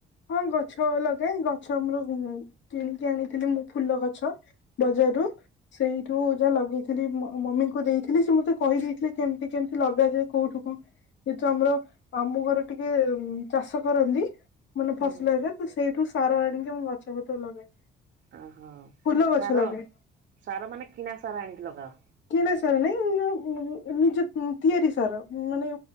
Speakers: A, on the left (about 70°); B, on the right (about 60°).
A: ହଁ ଗଛ ଲଗାଏ ଗଛ ଆମର କିଣିକି ଆଣିଥିଲି ମୁଁ ଫୁଲ ଗଛ ବଜାରରୁ ସେଇ ଠୁ ଯା ଲଗେଇଥିଲି ମମିଙ୍କୁ ଦେଇଥିଲି ସେ ମତେ କହିଦେଇଥିଲେ କେମତି କେମିତି ଲଗାଯାଏ କୋଉଠୁ କୋଉଠୁ ଯେହେତୁ ଆମର ମାମୁଁ ଘର ଟିକେ ଚାଷ କରନ୍ତି ମାନେ
B: ହୁଁ
A: ଫସଲ ହେରିକା ତ ସେଇଠୁ ସାର ଆଣିକି ମୁଁ ଗଛପତ୍ର ଲଗାଏ।
B: ଓହୋ
A: ଫୁଲ ଗଛ
B: ସାର,
A: ଲଗାଏ
B: ସାର ମାନେ କିଣା ସାର ଆଣିିକି ଲଗାଅ?
A: କିନା ସାର ନାଇଁ ନିଜ ତିଆରି ସାର ମାନେ